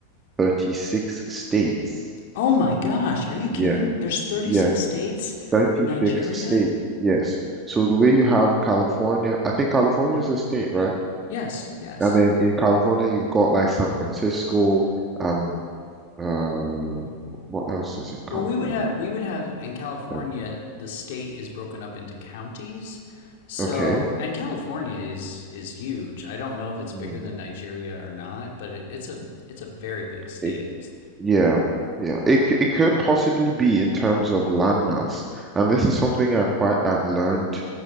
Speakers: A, on the right; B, on the left.
A: 36 states.
B: oh my gosh are you kidding
A: Yeah,
B: there's 36
A: yeah,
B: states
A: 36
B: in nigeria
A: states. Yes. So the way you have California, I think California is a state, right?
B: Yes, yes.
A: And then in California, you've got like San Francisco. Um, uh, what else is in California?
B: Well, we would have we would have in California
A: Um,
B: the state is broken up into counties. So,
A: okay.
B: and California is is huge. I don't know if it's bigger
A: Mm.
B: than Nigeria or not, but it, it's a it's a very big state.
A: It, yeah, yeah. It c- it could possibly be in terms of landmass, and this is something I've quite I've learned.